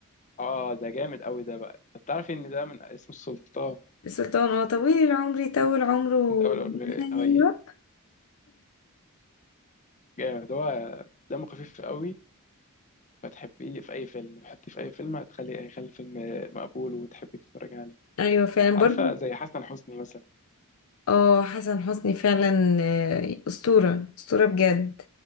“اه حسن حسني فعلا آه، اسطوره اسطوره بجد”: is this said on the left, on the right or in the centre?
Left